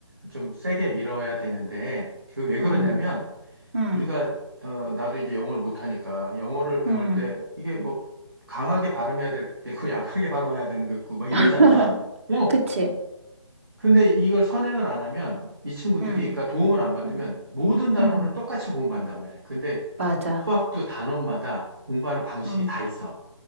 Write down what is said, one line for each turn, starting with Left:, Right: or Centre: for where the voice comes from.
Centre: 좀 세게 밀어야 되는데 그 왜 그러냐면
Right: 음, 음,
Centre: 우리가 어 나도 이제 영어를 못하니까 영어를 배울
Right: 음.
Centre: 때 이게 뭐 강하게 발음해야 될 때고 <laughs> 약하게 발음해야 되는 거 있고 막 이러잖아.
Right: <laughs>
Centre: 어
Right: 그치?
Centre: 근데 이걸 선행을 안 하면 이 친구들이,
Right: 음,
Centre: 그러니까 도움을 안 받으면
Right: 음,
Centre: 모든 단원을
Right: 음.
Centre: 똑같이 공부한단 말이야. 근데
Right: 맞아.
Centre: 이 수학도 단원마다 공부하는 방식이
Right: 음.
Centre: 다 있어.